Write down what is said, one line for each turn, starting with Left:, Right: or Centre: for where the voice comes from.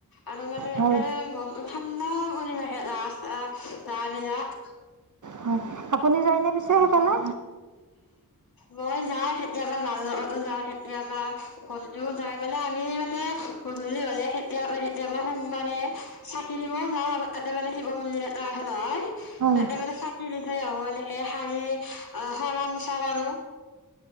Left: আৰু মানে এ
Right: হয়
Left: মন ঠাণ্ডা কৰি থাকে ৰাস্ত ৰাস্তাৰ বিলাক
Right: হয় আপুনি যায়নে পিছে সেইফালে।
Left: মই যাও কেতিয়াবা মাল লগতো যাওঁ কেতিয়াবা ভন্টিও যাই মানে আমি মানে গধূলি হ'লে কেতিয়া এতিয় পৰাা সোমাৰে চাকি দিবও যাওঁ তাতে মানে শিৱ মন্দিৰ এ এটা আছে নহয়
Right: হয়
Left: তাতে মানে চাকি দি থৈ আহো মানে এ হাৰি অ সৰা মোচা কৰো